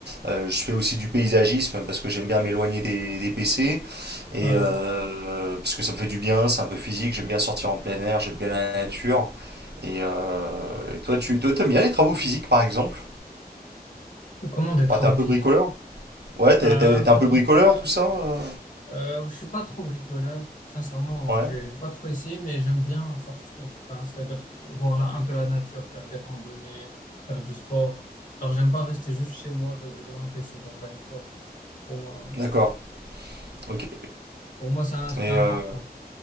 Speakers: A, on the right (about 85°); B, on the left (about 50°).
A: euh, je fais aussi du paysagisme parce que j'aime bien m'éloigner des, des PC, et
B: Ouais.
A: euh, parce que ça me fait du bien, c'est un peu physique, j'aime bien sortir en plein air, j'aime bien la nature. Et, euh, et toi, tu toi, t'aimes bien les travaux physiques, par exemple?
B: Comment des travaux
A: Ouais, t'es un peu
B: physiques?
A: bricoleur? Ouais, t'es
B: Euh,
A: t'es-
B: un
A: t'es
B: peu
A: un peu
B: bricoleur.
A: bricoleur, tout ça? euh
B: Euh, je suis pas trop bricoleur, sincèrement.
A: Ouais,
B: J'ai, j'ai pas trop essayé, mais j'aime bien sortir. Enfin, c'est-à-dire voir là, un peu la nature, faire des randonnées, faire du sport. Genre, j'aime pas rester juste chez moi de- devant un PC. Genre, j'arrive pas. Pour moi,
A: d'accord, ok.
B: pour moi, c'est un aspect
A: Et
B: important.
A: euh,